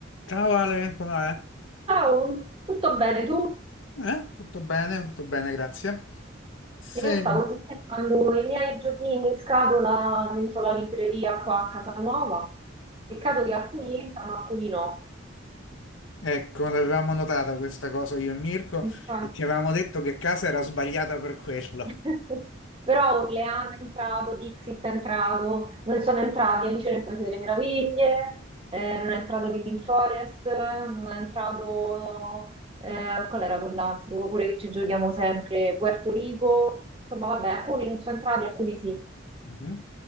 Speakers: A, on the left; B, on the right.
A: Ciao Ale, come va? Eh,
B: Ciao, tutto bene tu?
A: Eh, tutto bene, tutto bene, grazie. Se...
B: Io stavo sistemando i miei giochini in scatola dentro la libreria qua a casa nuova. Peccato che alcuni entrano, alcuni no.
A: Ecco, l'avevamo notata questa cosa io e Mirko
B: Infatti.
A: e ti avevamo detto che casa era sbagliata per quello.
B: <laughs> Però Orleano è entrato, Dixit è entrato, non sono entrati Alice nel Paese delle Meraviglie, eh, non è entrato Living Forest, non è entrato... eh, qual era quell'altro? Oppure che ci giochiamo sempre, Puerto Rico. Insomma, vabbè, alcuni non sono entrati, alcuni sì.
A: Mhm.